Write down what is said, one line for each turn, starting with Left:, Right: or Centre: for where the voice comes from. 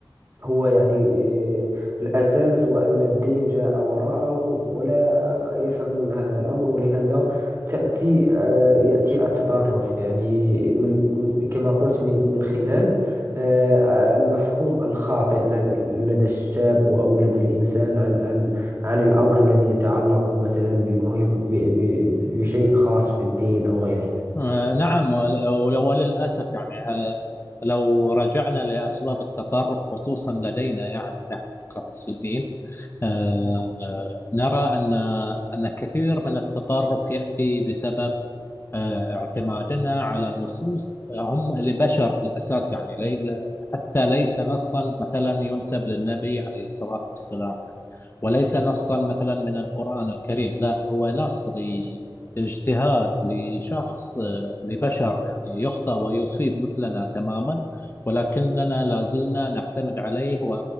Right: هو يعني آه، الأساس هو أن الدين جاء وراءه ولا آه، يفهمون هذا الأمر ولهذا تأتي آه، يأتي التطرف يعني من كما قلت من من خلال آه، آه، المفهوم الخاطئ ل- لدى الشاب أو لدى الإنسان عن عن عن الأمر الذي يتعلق مثلا بمهم ب- ب- بشيء خاص بالدين أو غيره
Left: آه، نعم ول- ول- وللأسف يعني آه، لو رجعنا لأسباب التطرف خصوصا لدينا يعني نحن كمسلمين آه، نرى أن أن كثير من التطرف يأتي بسبب آه، اعتمادنا على نصوص هم لبشر بالأساس يعني لي لا- حتى ليس نصا مثلا ينسب للنبي عليه الصلاة والسلام وليس نصا مثلا من القرآن الكريم لا هو نص لاجتهاد لشخص آه، لبشر يعني يخطئ ويصيب مثلنا تماما ولكننا لا زلنا نعتمد عليه و-